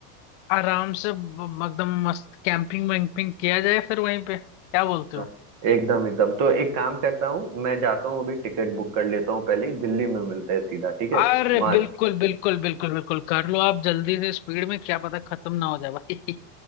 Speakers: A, on the left; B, on the right.
A: आराम से ब- एकदम मस्त कैंपिंग वैम्पिंग किया जाए फिर वहीं पे क्या बोलते
B: हाँ,
A: हो
B: एकदम एकदम तो एक काम करता हूँ मैं जाता हूँ अभी टिकट बुक कर लेता हूँ पहले ही दिल्ली में मिलते हैं सीधा ठीक है
A: अरे
B: वहां
A: बिल्कुल
B: से
A: बिल्कुल बिल्कुल बिल्कुल कर लो आप जल्दी से स्पीड में क्या पता खत्म ना हो जाए भाई